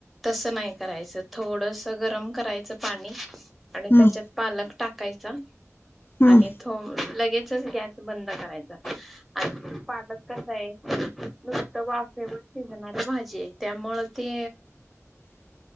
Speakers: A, in the centre; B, on the left (about 45°).
A: तसं नाही. करायच थोडस गरम करायच पाणी, आणि
B: हम्म
A: त्याच्यात पालक टा कायचा
B: हम्म
A: आणि थो लगेचच गॅस बंद करायचा. आन पालक कसा आहे, नुसत वाफेवर शिजणारी भाजी हे. त्यामुळ ते!
B: <inaudible>